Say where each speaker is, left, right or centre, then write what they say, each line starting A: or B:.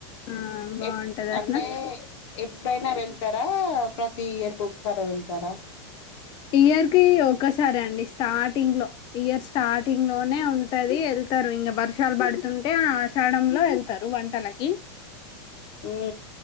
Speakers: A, on the left; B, on the left.
A: ఆ బాగుంటది
B: ఎప్
A: అట్లా
B: అంటే ఎప్ పైనా వెళ్తారా ప్రతి ఇయర్కి ఒకసారె వెళ్తారా
A: ఇయర్ కి ఒక సారె అండి స్టార్టింగ్లో ఇయర్ స్టార్టింగ్లోనే ఉంటది ఎళ్తరు ఇంగా బర్షాలు బడ్తుంటే ఆషాడంలో వెళ్తరు వ తనకి
B: ఉ